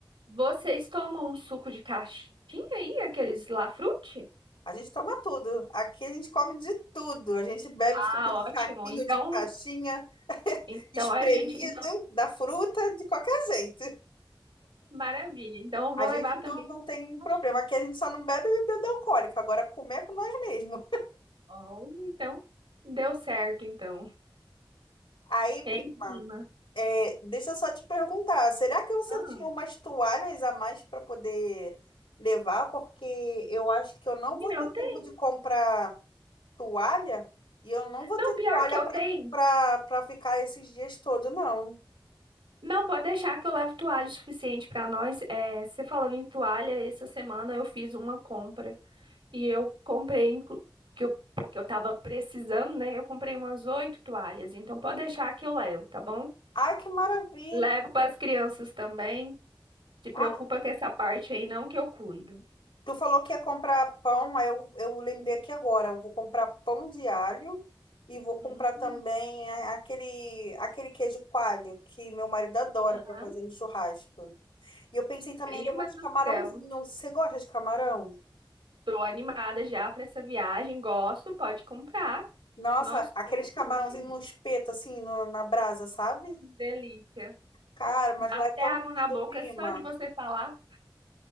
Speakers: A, on the right; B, on the left.
A: Vocês tomam um suco de caixinha aí, aqueles Lafrute?
B: A gente toma tudo. Aqui a gente come de tudo. A gente bebe
A: Ah,
B: suco de saquinho,
A: ótimo. Então,
B: de caixinha,
A: então
B: espremido,
A: a gente, então
B: da fruta, de qualquer jeito.
A: maravilha. Então eu
B: A
A: vou
B: gente
A: levar também
B: não, não tem
A: caixinha.
B: problema. Aqui a gente só não bebe bebida alcoólica. Agora comer é com nós mesmos.
A: Oh, então deu certo então.
B: Aí,
A: É
B: prima.
A: Em cima.
B: É, deixa eu só te perguntar, será que você
A: Ah,
B: tinha umas toalhas a mais para poder levar? Porque eu acho que eu não
A: menina,
B: vou ter
A: eu
B: tempo
A: tenho.
B: de comprar toalha e eu não vou
A: Não,
B: ter
A: pior
B: toalha
A: que eu
B: para
A: tenho.
B: para para ficar esses dias todos, não.
A: Não, pode deixar que eu levo toalha o suficiente para nós. É, você falando em toalha, essa semana eu fiz uma compra e eu comprei, inclu- que eu- porque eu tava precisando, né? Eu comprei umas oito toalhas, então pode deixar que eu levo, tá bom?
B: ah que maravilha!
A: Levo para as crianças também. Se preocupa
B: Ah,
A: com essa parte aí, não que eu cuido.
B: tu falou que ia comprar pão, aí eu, eu lembrei aqui agora, eu vou comprar pão de alho e vou comprar
A: Hum,
B: também a- aquele aquele queijo coalho que meu marido adora
A: aham.
B: para fazer no churrasco. E eu pensei também
A: Prima
B: em levar uns
A: do
B: camarãozinhos.
A: céu,
B: Você gosta de camarão?
A: tô animada já para essa viagem. Gosto, pode comprar.
B: Nossa,
A: Nós
B: aqueles
A: com
B: camarãozinhos
A: tudo aí.
B: no espeto, assim, no- na brasa, sabe?
A: Delícia.
B: Cara, mas
A: Dá
B: lá
A: até
B: é tão
A: água na
B: lindo,
A: boca
B: prima.
A: só de você falar.